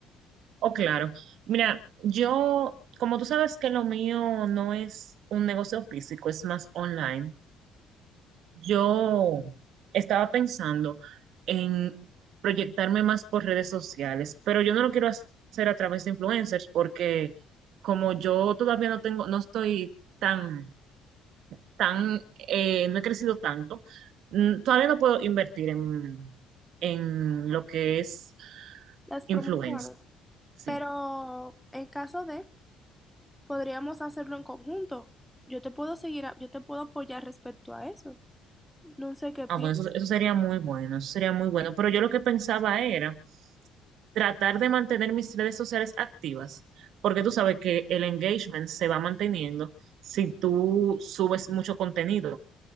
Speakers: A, on the right (about 65°); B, in the centre.
A: Oh, claro. Mira, yo, como tú sabes que lo mío no es un negocio físico, es más online, yo estaba pensando en proyectarme más por redes sociales, pero yo no lo quiero hacer a través de influencers porque como yo todavía no tengo, no estoy tan tan, eh, no he crecido tanto. Mm, Todavía no puedo invertir en, en lo que es
B: las
A: influencer.
B: promociones.
A: Sí.
B: Pero en caso de, podríamos hacerlo en conjunto. Yo te puedo seguir, a- yo te puedo apoyar respecto a eso. No sé qué
A: Ah,
B: piensas.
A: bueno, eso, eso sería muy bueno, eso sería muy bueno. Pero yo lo que pensaba era tratar de mantener mis redes sociales activas, porque tú sabes que el engagement se va manteniendo si tú subes mucho contenido,